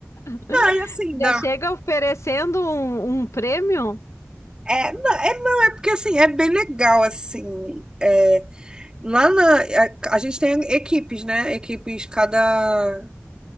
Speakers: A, on the left; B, on the right.
A: <laughs>
B: Não, e assim, dá.
A: Já chega oferecendo um, um prêmio?
B: É, não, é, não, é porque assim, é bem legal, assim. é, lá na. A, a gente tem equipes, né? Equipes, cada.